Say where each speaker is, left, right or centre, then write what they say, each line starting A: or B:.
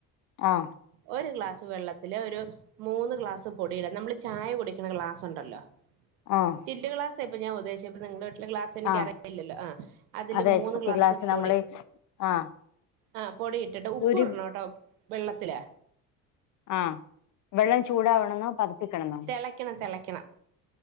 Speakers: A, on the left; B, on the right.
A: ആഹ്
B: ഒരു ഗ്ലാസ് വെള്ളത്തില് ഒരു മൂന്ന് ഗ്ലാസ് പൊടിയിടാ നമ്മള് ചായ കുടിക്കണ ഗ്ലാസ് ഉണ്ടല്ലോ
A: ആഹ്
B: ചില്ല് ഗ്ലാസാ ഇപ്പം ഞാ ഉദേശി നിങ്ങളുടെ വീട്ടിലെ ഗ്ലാസ്സ് എനിക്കറിയില്ലല്ലോ
A: ആ
B: ആ അതില്
A: അതെ
B: മൂന്ന്
A: കുപ്പി
B: ഗ്ലാസ് പൊടി
A: നമ്മള് ആ
B: ആ പൊടി ഇട്ടിട്ട് ഉപ്പ്
A: ഒരു
B: ഇടണോട്ടോ വെള്ളത്തിലെ
A: ആഹ് വെള്ളം ചൂടാവണെന്നോ പതപ്പിക്കണെന്നോ
B: തിളയ്ക്കണം തിളയ്ക്കണം